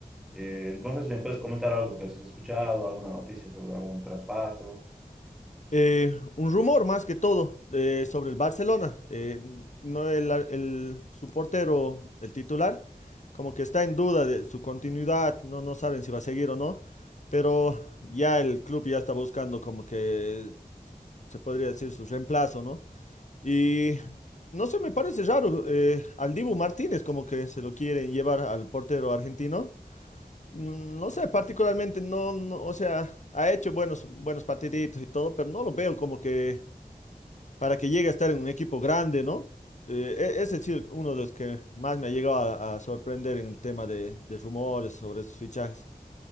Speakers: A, in the centre; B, on the left.
A: Eh, entonces, ¿me puedes comentar algo que has escuchado, alguna noticia sobre algún traspaso?
B: eh, un rumor más que todo eh, sobre el Barcelona. Eh, no el, el- su portero, el titular, como que está en duda de su continuidad, no, no saben si va a seguir o no, pero ya el club ya está buscando como que se podría decir su reemplazo, ¿no? Y no sé, me parece raro, eh, al Dibu Martínez como que se lo quieren llevar al portero argentino. Mm, No sé, particularmente no, no, o sea, ha hecho buenos, buenos partiditos y todo, pero no lo veo como que para que llegue a estar en un equipo grande, ¿no? Eh, e- ese sí, el- uno de los que más me ha llegado a, a sorprender en el tema de, de rumores sobre esos fichajes.